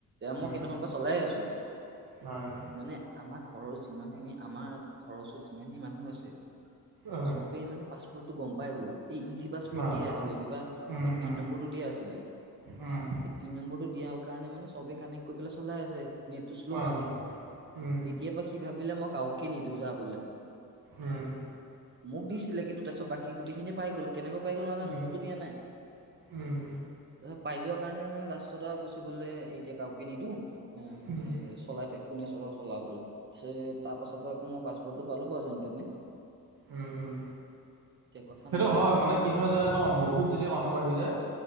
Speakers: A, on the right (about 30°); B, on the right (about 75°).
A: মই
B: উম,
A: সেইদিনাখন পৰা চলাই আছোঁ।
B: নাই
A: মানে, আমাৰ ঘৰৰ যিমানখিনি, আমাৰ ঘৰৰ ওচৰত যিমানখিনি মানুহ আছে
B: অ',
A: চবে মানে, পাছপোৰ্টটো গম পাই গ'ল। এই, ইজি পাছপোৰ্ট
B: ন
A: দিয়ে আছিলে।
B: অ'।
A: কিবা
B: উম,
A: এই পিন
B: উম,
A: নম্বৰটো দিয়া পিন
B: উম,
A: নম্বৰটো দিয়া কাৰণে মানে চবে কানেক্টে কৰিবলে চলাই আছে। নেটটো শ্ল'
B: অ',
A: মাৰিছে।
B: উম,
A: তেতিয়াৰ পৰা সি ভাবিলে, মই নিদিওঁ যা বোল।
B: উম,
A: মোক দিছিলে, কিন্তু, তাৰপিছত বাকী গোটেই খিনিয়ে পাই গ'ল। কেনেকৈ পাই গ'ল নাজানোঁ
B: উম।
A: মইতো দিয়া নাই।
B: উম, উম,
A: তাৰপিছত পাই যোৱা কাৰণে মানে, লাষ্টত আৰু কৈছে বোলে, এতিয়া কাৰোকে নিদিওঁ। এ,
B: উম,
A: চলাইতে কোনে, চলা চলা বোলে। পিছে, তাৰপাছৰ পৰা আকৌ, মই পাছপৰ্টটো পালো বাৰু যেনেতেনে।
B: উম, উম,
A: কথা
B: সেইটো
A: নাই বাৰু
B: হয়।
A: সেয়া।
B: মানে, কি হয় যে, ন' বহুত যেতিয়া মানুহ বাঢ়ি যায়